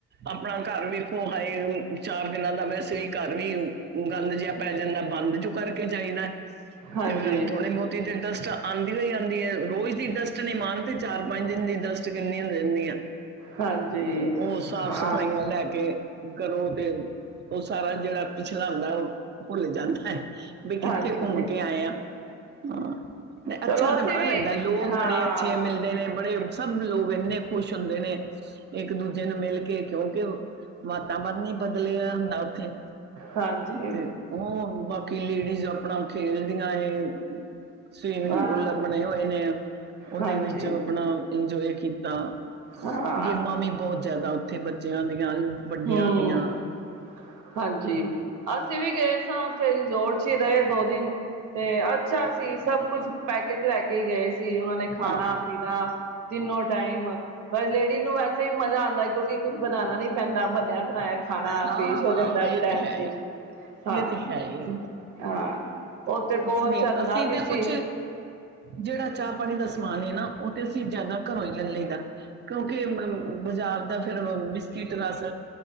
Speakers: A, on the right; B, on the right.
A: ਆਪਣਾ ਘਰ ਵੇਖੋ ਹਾਏ ਚਾਰ ਦਿਨਾਂ ਦਾ ਵੈਸੇ ਹੀ ਘਰ ਵੀ ਗੰਦ ਜਿਹਾ ਪੈ ਜਾਂਦਾ ਬੰਦ ਜੋ ਕਰਕੇ ਜਾਈ ਦਾ ਤੇ
B: ਹਾਂਜੀ
A: ਫੇਰ ਥੋੜੀ ਬਹੁਤੀ ਤੇ ਡਸਟ ਆਉਂਦੀ ਓ ਆਉਂਦੀ ਹੈ ਰੋਜ਼ ਦੀ ਦਸਟ ਨਹੀਂ ਮਾਣ ਤੇ ਚਾਰ ਪੰਜ ਦਿਨ ਦੀ ਦਸਟ ਕਿੰਨੀਆਂ ਹੁੰਦੀ ਹੁਣੀ
B: ਹਾਂਜੀ
A: ਤੇ ਉਹ ਸਾਫ਼
B: ਹਾਂ
A: ਸਫਾਈਆਂ ਲੈ ਕੇ ਕਰੋ ਤੇ ਉਹ ਸਾਰਾ ਜਿਹੜਾ ਝਾੜੂ ਲਾਓ ਭੁੱਲ ਜਾਂਦਾ ਹੈ ਬੀ
B: ਹਾਂਜੀ
A: ਕਿੱਥੇ ਘੁੰਮ ਕੇ ਆਏ ਆ ਹਾਂ
B: ਚਲੋ
A: ਅੱਛਾ
B: ਅਸੀਂ
A: ਤੇ ਬੜਾ
B: ਵੀ
A: ਲੱਗਦਾ ਲੋ ਲ
B: ਹਾਂ
A: ਬੜੇ ਅੱਛੇ ਮਿਲਦੇ ਨੇ ਬੜੇ? ਸਭ ਲੋਕ ਇੰਨੇ ਖੁਸ਼ ਹੁੰਦੇ ਨੇ ਇੱਕ ਦੂਜੇ ਨੂੰ ਮਿਲ ਕੇ ਕਿਉਂਕਿ ਵਾਤਾਵਰਨ ਹੀ ਬਦਲਿਆ ਹੁੰਦਾ ਹੈ। ਇੱਥੇ
B: ਹਾਂਜੀ
A: ਤੇ ਉਹ ਬਾਕੀ ਲੇਡੀਜ਼? ਆਪਣਾ ਉਹ ਖੇਲਦੀਆਂ ਏ। ਸਵੀਮਿੰਗ
B: ਹਾਂ
A: ਪੂਲ ਲ ਬਣਾਈ ਹੋਏ ਨੇ। ਉਹਦੇ
B: ਹਾਂਜੀ
A: ਵਿੱਚ ਆਪਣਾ ਇੰਜੋਏ ਕੀਤਾ
B: ਹਾਂ
A: ਗੇਮਾਂ ਵੀ ਬਹੁਤ? ਜ਼ਿਆਦਾ ਉੱਥੇ ਬੱਚਿਆਂ ਦੀਆਂ। ਵੱਡਿਆਂ
B: ਹੂੰ
A: ਦੀਆਂ
B: ਹਾਂਜੀ ਅਸੀਂ ਵੀ। ਗਏ ਸਾਂ ਉੱਥੇ ਰਿਜੋਰਟ ਚ ਹੀ ਰਹੇ ਦੋ। ਦਿਨ ਤੇ ਅੱਛਾ ਸੀ ਸਭ ਕੁਛ। ਪੈਕੇਜ ਲੈ ਕੇ ਗਏ ਸੀ। ਸੀ ਉਹਨਾਂ ਨੇ ਖਾਣਾ
A: ਹਾਂ
B: ਪੀਣਾ? ਤਿੰਨੋ ਟਾਈਮ ਪਰ ਲੇਡੀ ਨੂੰ ਵੈਸੇ ਹੀ ਮਜ਼ਾ ਆਂਦਾ ਕਿਉਂਕਿ ਕੁੱਛ ਬਣਾਉਣਾ ਨਹੀਂ? ਪੈਂਦਾ। ਬਣਾਇਆ ਖਾਣਾ
A: ਹਾਂ
B: ਪੇਸ਼ ਹੋ ਜਾਂਦਾ
A: ਹਾਂ ਇਹ
B: ਟਾਈਮ
A: ਤੇ ਹੈ
B: ਸਿਰ
A: ਹੀ
B: ਹਾਂ
A: ਇਹ ਤੇ ਹੈ ਹੀ
B: ਹਾਂ ਉਥੇ ਕੋਲ
A: ਅਸੀਂ ਨੇ
B: ਝਰਨਾ
A: ਅਸੀਂ
B: ਵੀ
A: ਤੇ
B: ਸੀ?
A: ਕੁਛ ਜਿਹੜਾ ਚਾਹ ਦਾ ਪਾਣੀ ਨਾ ਉਹ ਤੇ ਅਸੀਂ ਜਿਆਦਾ ਘਰੋਂ ਹੀ ਲੈ ਲਈ ਦਾ ਕਿਉਂਕਿ ਬਾਜ਼ਾਰ ਦਾ ਫੇਰ ਬਿਸਕਿਟ, ਰਸ।